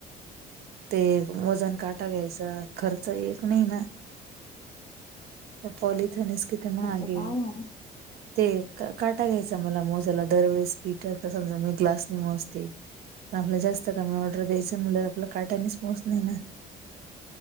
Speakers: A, on the right; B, on the left.
A: ते वजन काटा घ्यायचा, खर्च एक नाही ना. तर पॉलिथिनच किती महाग
B: खर्च तर
A: ये,
B: आहे म्हणा
A: ते काटा घ्यायचा मला मोज ला दरवेेळेस पीठ आता समजा मी ग्लास नी मोजते. आपला जास्त कमी ऑर्डर द्यायचं म्हणल आपल्या काटानेच मोज नाही ना.